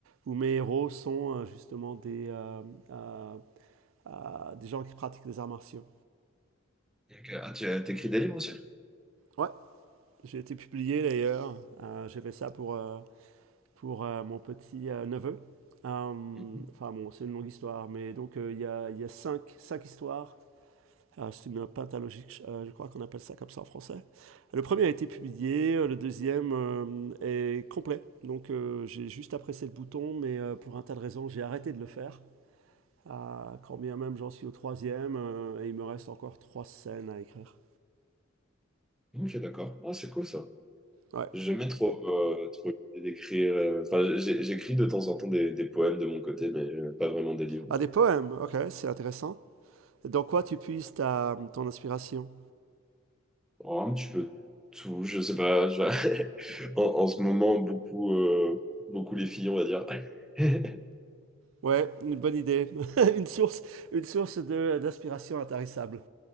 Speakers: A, on the right; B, in the centre.
A: où mes héros sont euh, justement des, euh, euh, euh, des gens qui pratiquent les arts martiaux.
B: Ok. Ah, tu as- t'écris des livres aussi?
A: Ouais, j'ai été publié d'ailleurs. Euh, j'ai fait ça pour, euh, pour euh, mon petit euh, neveu. Euh,
B: Mhm.
A: Enfin bon, c'est une longue histoire, mais donc euh, il y a, il y a cinq, cinq histoires. Euh, c'est une pentalogique, euh, je crois qu'on appelle ça comme ça en français. Le premier a été publié, euh, le deuxième euh, est complet. Donc euh, j'ai juste apprécié le bouton, mais euh, pour un tas de raisons, j'ai arrêté de le faire. Ah, quand bien même j'en suis au troisième, euh, et il me reste encore trois scènes à écrire.
B: Ok, d'accord. Ah, c'est cool ça.
A: Ouais.
B: J'aimais trop, euh, trop l'idée d'écrire. euh, Enfin, j'ai- j'écris de temps en temps des, des poèmes de mon côté, mais euh, pas vraiment des livres.
A: Ah, des poèmes, ok, c'est intéressant. Dans quoi tu puises ta, ton inspiration?
B: Oh, un petit peu tout, je sais pas. je- En, en ce moment, beaucoup, euh, beaucoup les filles, on va dire. Ouais.
A: Ouais, une bonne idée. <laughs> Une source, une source de, d'inspiration intarissable.